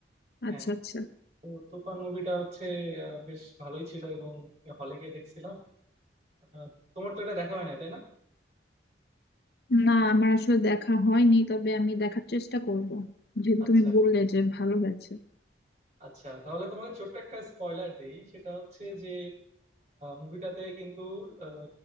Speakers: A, on the right; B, on the left.
A: হ্যাঁ
B: আচ্ছা আচ্ছা
A: তো তুফান মুভিটা হচ্ছে আহ, বেশ ভালোই ছিল এবং হলে গিয়ে দেখছিলাম আহ, তোমার তো এটা দেখা হয় নাই তাই না
B: না আমার আসলে দেখা হয়নি তবে আমি দেখার চেষ্টা করব যেহেতু
A: আচ্ছা
B: তুমি বললে যে ভালো হয়েছে
A: আচ্ছা তাহলে তোমাকে ছোট্ট একটা স্পয়লার দেই সেটা হচ্ছে যে মুভিটাতে কিন্তু আহ,